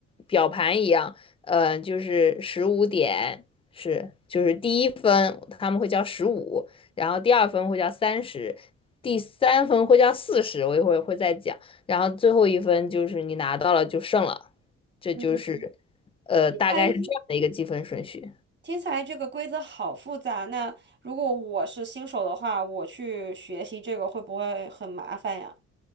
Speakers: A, on the left; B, on the right.
A: 表盘一样，呃，就是十五点是，就是第一分他们会叫十五，然后第二分会叫三十，第三分会叫四十，我一会儿会再讲。然后最后一分就是你拿到了就胜了，这就是
B: 嗯，听
A: 呃大概是这样的一个积分顺序。
B: 起来听起来这个规则好复杂。那如果我是新手的话，我去学习这个会不会很麻烦呀？